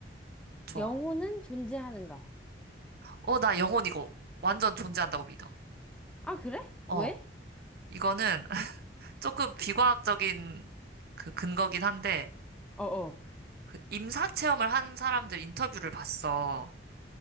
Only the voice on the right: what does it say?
좋아.
어, 나 영혼 이거 완전 존재한다고 믿어.
어. 이거는 <laughs> 조금 비과학적인 그 근거긴 한데,
그 임사 체험을 한 사람들 인터뷰를 봤어.